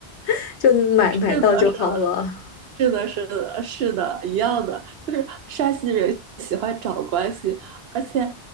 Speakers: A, on the left; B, on the right.
A: <laughs> 就买买到就好了。
B: 是的，是的，是的，是的，是的，一样的，就是山西人喜欢找关系，而且